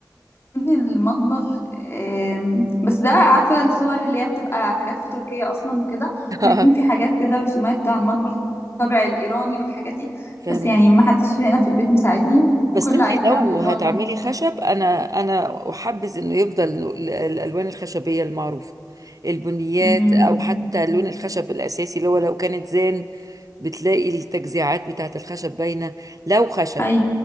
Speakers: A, on the left; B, on the right.
A: المطبخ آم، بس ده عارفه الصور اللي هي بتبقى حاجات في تركيا اصلا وكده
B: اه
A: ويكون في حاجات كده رسومات على المطبخ الطابع الايراني والحاجات دي
B: فهمك
A: بس يعني
B: <laughs>
A: ما حدش هنا في البيت مساعدني
B: بس
A: وكله
B: انت
A: عايزني
B: لو
A: اعمل اللي
B: هتعملي
A: هو المطبخ التقليدي
B: خشب انا انا احبذ انه يفضل ال- الالوان الخشبية المعروفة البنيات
A: امم
B: او حتى لون الخشب الاساسي اللي هو لو كانت زان بتلاقي التجزيعات بتاعت الخشب باينة لو خشب
A: ايوه